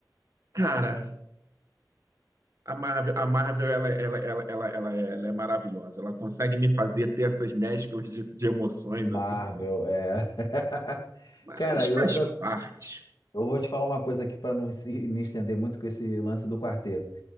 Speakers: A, on the right; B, on the left.
A: cara, a Marvel, a Marvel ela, ela, ela, ela, ela, é- ela é maravilhosa. Ela consegue me fazer ter essas mesclas de, de emoções
B: Marvel,
A: assim que são...
B: é. <laughs>
A: Mas
B: Cara, e
A: faz
B: outra,
A: parte.
B: eu vou te falar uma coisa aqui para não se- me estender muito com esse lance do quarteto.